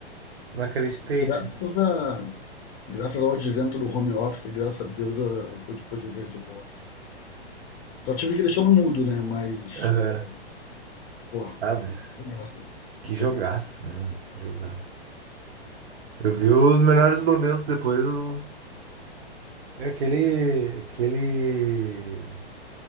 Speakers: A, on the right; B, on the left.
A: não acreditei,
B: Graças,
A: assim.
B: a, graças ao advento do home office, graças a Deus eu pude, pude ver de boa aqui. Só tive que deixar no mudo, né? Mas,
A: Aham.
B: é, pô,
A: Ah, mas...
B: jogaço,
A: Que
B: jogaço.
A: jogaço, né? meu? Que jogaço. Eu vi os melhores momentos depois. Eu... E Aquele, aquele